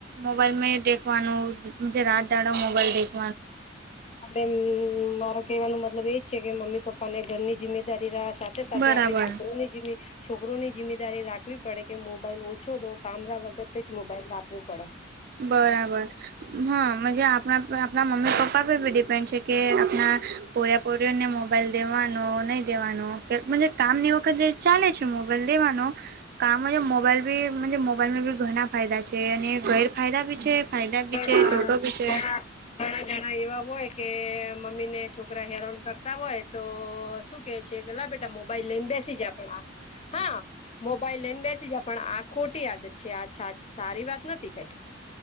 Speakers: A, on the right; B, on the left.
A: મોબાઈલ મેં દેખવાનું રાત દાડ મોબાઈલ દેખ
B: આપડે મારો કહેવાનો મતલબ એજ છે કે મમ્મી પપ્પા ને ઘરની જીમે કરી રહયા સાથે સાથે
A: બરાબર
B: આપડે છોકરોની જે છોકરો ની જિમ્મેદારી રાખવી પડે કે મોબાઈલ ઓછો દો કામડા વગતે જ મોબાઈલ રાખવું પડે
A: બરાબર. હા આપણા આપણા મમ્મી પપ્પા પરી ડિપેન્ડ છે કે આપણા. પર્યા પોર્યોને મોબાઈલ દેવાનો નહીં દેવાનો કામ ની વખત ચાલે છે મોબાઈલ દેવાનો કામ મોબાઈલ બી મોબાઈલમાં બી ઘણા ફાયદા છે અને ગેરફાયદા બી છે. ફાયદા
B: ઘણા
A: બી છે ટોટો ભી છે.
B: ઘણા ઘણા જણા એવા હોય કે મમ્મી ને છોકરા હેરાન કરતા હોય તો શું છે કે લ બેટા મોબાઈલ લઈને બેસી જાય આપ હા મો ભાઈ લઈને બેસી જ પણ આ ખોટી આદત છે આ સારી વાત નથી કાઈ